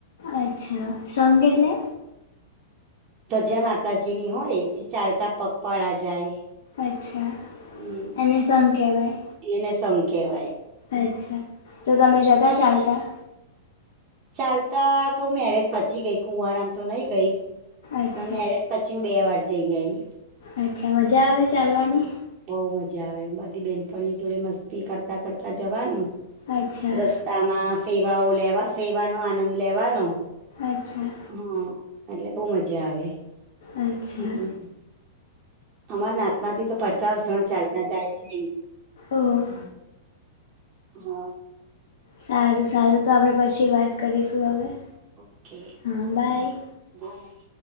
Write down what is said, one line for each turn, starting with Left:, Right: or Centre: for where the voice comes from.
Left: અચ્છા સંઘ એટલે?
Right: તો જ્યાં માતાજીની હોય જે ચાલતા પગપાળા જાય.
Left: અચ્છા
Right: હમ,
Left: એને સંઘ કહેવાય
Right: એને સંઘ કેવાય.
Left: અચ્છા, તો તમે જતા ચાલતા?
Right: ચાલતા તો મેરેજ પછી ગઈ કુંવારમ તો નઈ ગઈ.
Left: અચ્છા
Right: પણ મેરેજ પછી હું બે વાર જઈ આઈ..
Left: અચ્છા મજા આવે ચાલવાની?
Right: બહુ મજા આવે બધી બેનપણી જોડે મસ્તી કરતા કરતા જવાનું.
Left: અચ્છા
Right: રસ્તામાં સેવાઓ લેવા સેવાનો આનંદ લેવાનો.
Left: અચ્છા
Right: હા એટલે બહુ મજા આવે.
Left: અચ્છા.
Right: હમ અમારા નાતમાંથી તો પચાસ જણ ચાલતા જાય છે.
Left: ઓહ
Right: હા.
Left: સારું સારું તો આપડે પછી વાત કરીશું હવે.
Right: ઓકે,
Left: હા બાય
Right: બાઈ.